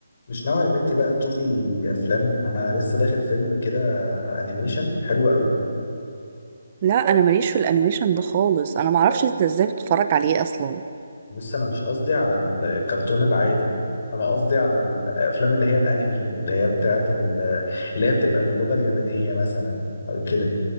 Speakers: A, on the left (about 50°); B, on the right (about 35°).
A: مش ناوي يا بنتي بقى تشوفي افلام انا لسه داخل فيلم كده انيميشن حلو قوي
B: لا انا ماليش في الانيميشن ده خالص انا معرفش انت ازاي بتتفرج عليه اصلا
A: بص انا مش قصدي على الكرتون العادي انا قصدي على الافلام اللي هي الانمي اللي هي بتاعت ال- اللي هي بتبقى باللغة اليابانية مثلا او كده